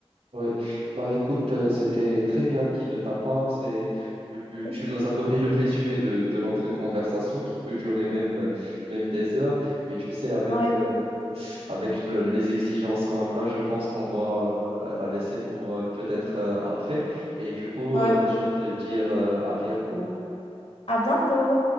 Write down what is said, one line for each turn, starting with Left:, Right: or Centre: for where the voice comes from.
Right: Oui. Bah, écoute, euh, c'était très bien dit de ta part. C'est, tu, tu-
Left: Ouais,
Right: tu nous as donné le résumé de, de notre conversation qui peut durer même, euh, même des heures. Mais tu sais, avec,
Left: ouais,
Right: euh,
Left: exact-
Right: avec le- les exigences qu'on a, je pense qu'on doit euh, la laisser pour euh, peut-être euh, après. Et du coup,
Left: ouais,
Right: euh,
Left: vas-y.
Right: je vais te dire euh, à bientôt.
Left: À bientôt.